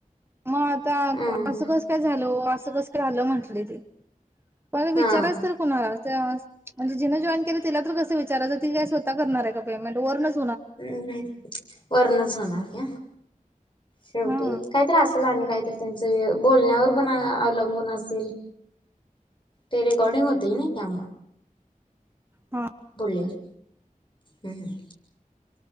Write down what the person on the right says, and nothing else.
मग आता
असं कस काय झाल ओ असं कस काय झाल म्हंटली ती पण विचारायच
तरी कुणाला? जे आस म्हणजे जिन जॉईन केलं तिला तर कसं विचारयचं ती काय स्वतः करणार आहे का पेमेंट वरनच.
हा
हा.